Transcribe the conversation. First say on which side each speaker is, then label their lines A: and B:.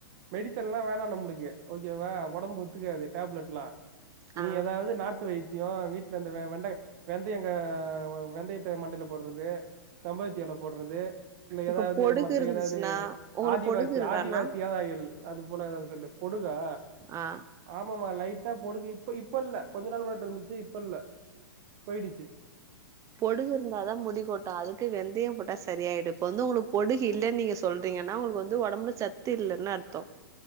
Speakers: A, on the right (about 45°); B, on the right (about 25°).
A: மெடிசன்லா வேணா நம்ளுக்கு ஓகேவா ஒடம்பு ஒத்துக்காது டேப்லெட்லா நீ
B: ஆ
A: ஏதாது நாட்டு வைத்தியோ வீட்லந்த வெண்ட வெந்தயோ கனா வெந்தயத்த மண்டைல போட்றது செம்பருத்தி எல போட்றது இல்ல
B: இப்ப
A: ஏதாது
B: பொடுகு
A: மத்த
B: இருந்துச்சுன்னா
A: ஏதாது
B: உங்களுக்கு
A: ஆதிவாசி
B: பொடுகு இருக்கா
A: ஆதிவாசி
B: அண்ணா
A: ஏர் ஆயில் அது போல ஏதாது சொல்லு பொடுகா
B: ஆ
A: ஆமமா லைட்டா பொடுகு இப்ப இப்போ இல்ல கொஞ்சோ நாள் முன்னாடி இருந்துச்சி இப்போ இல்ல போயிடுச்சி
B: பொடுகு இருந்தாதா முடிக்கொட்டு அதுக்கு வெந்தயம் போட்ட சரியாயிடும் இப்போ வந்து ஒங்களுக்கு பொடுகு இல்ல நீங்க சொல்றீங்க ஆனா ஒங்களுக்கு வந்து ஒடம்புல சத்து இல்லனு அர்த்தோ